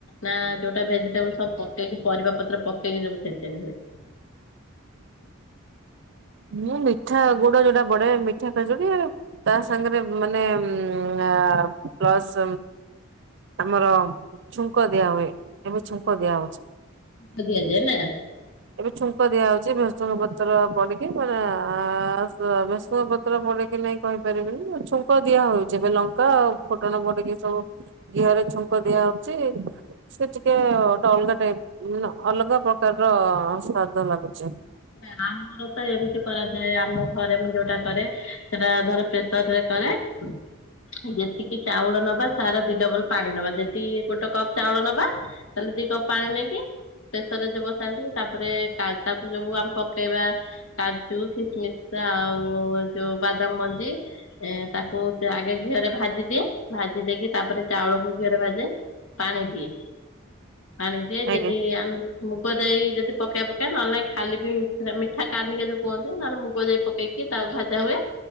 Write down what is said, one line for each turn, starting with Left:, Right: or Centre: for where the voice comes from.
Left: ନା ଯୋଉଟା ଭେଜିଟେବୁଲ ସବୁ ପକେଇକି ପରିବା ପତ୍ର ପକେଇକି ସବୁ ଖେଚେଡି ହୁଏ।
Right: ମୁଁ ମିଠା ଗୁଡ ଯୋଉଟା ପଡେ ମିଠା ଖେଚୋଡ଼ି ତା ସାଙ୍ଗରେ ମାନେ ଆ ପ୍ଲସ ଆମର ଛୁଙ୍କ ଦିଆ ହୁଏ ଏବେ ଛୁଙ୍କ ଦିଆ ହଉଛି।
Left: ସୁଧିଆ ଯେନା
Right: ଏବେ ଛୁଙ୍କ ଦିଆ ହଉଛି ଭେଶୁଆ ପତ୍ର ପଡିକି ମାନେ ଆ ତ ଭେସୁଆ ପତ୍ର ପଡେ କିି ନାଇଁ କହିପାରିବିନି ଛୁଙ୍କ ଦିଆ ହଉଛି ଏବେ ଲଙ୍କା ଆଉ ଫୁଟଣ ପଡିକି ସବୁ ଘିହରେ ଛୁଙ୍କ ଦିଆ ହଉଛି ସେ ଟିକେ ଗୋଟେ ଅଲଗା ଟାଇପ ମାନେ ଅଲଗା ପ୍ରକାର ର ସ୍ଵାଦ ଲାଗୁଛି
Left: ନା ଆମର ତ ଏମିତି କରାଯାଏ ଆମ ଘରେ ମୁଁ ଯୋଉଟା କରେ ସେଟା ଧର ପ୍ରେସର ରେ କରେ ହୁଁ ଯେତିକି ଚାଉଳ ନବା ତାର ଦି ଡବଲ ପାଣି ନବା ଯଦି ଗୋଟେ କପ୍ ଚାଉଳ ନବା ତାହେଲେ ଦି କପ୍ ପାଣି ନେଇକି ପ୍ରେସରରେ ଯୋଉ ବସାନ୍ତି ତାପରେ କାଜାକୁ ଯୋଉ ଆମେ ପକେଇବା କାଜୁ କିସମିସ ଆଉ ଯୋଉ ବାଦାମ ମଞ୍ଜି ଏ ତାକୁ ସେ ଆଗେ ଘିଅରେ ଭାଜି ଦିଏ ଭାଜି ଦେଇକି ତାପରେ ଚାଉଳକୁ ଘିଅରେ ଭାଜେ ପାଣି ଦିଏ ପାଣି ଦିଏ
Right: ଆଜ୍ଞା
Left: ଯଦି ଆମେ ମୁଗ ଜାଇ ଯଦି ପକେଇବା ପକେଇବା ନହେଲେ ନାହିଁ ଖାଲି ବି ମିଠା ମିଠା କାନିକା ଯୋଉ କୁହନ୍ତି ନହେଲେ ମୁଗ ଯାଇ ପକେଇକି ତାକୁ ଭଜା ହୁଏ।